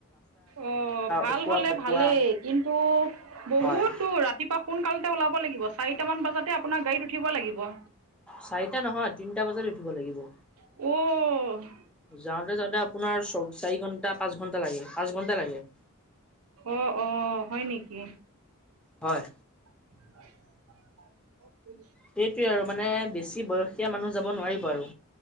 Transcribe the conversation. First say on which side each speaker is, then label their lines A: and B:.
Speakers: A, on the right; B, in the centre.
A: অ' ভাল
B: অকোৱা
A: হলে
B: পকোৱা
A: ভালেই। কিন্তু বহুত
B: হয়
A: দূৰ ৰাতিপ পুৱা সোনকালতে ওলাব লাগিব চাৰিটা মান বজাতে আপোনাৰ গাড়ীত উঠিব লাগিব।
B: চাৰিটা নহয়, তিনটা বজাত উঠিব লাগিব।
A: উম'।
B: যাওঁতে যাওঁতে আপোনাৰ চ-চাৰি ঘন্টা, পাঁচ ঘন্টা লাগে পাঁচ ঘন্টা লাগে।
A: অ' অ', হয় নেকি?
B: হয়।
A: <inaudible> <unintelligible>
B: সেইটোৱে আৰু মানে বেছি বয়সীয়া মানুহ যাব নোৱাৰিব আৰু।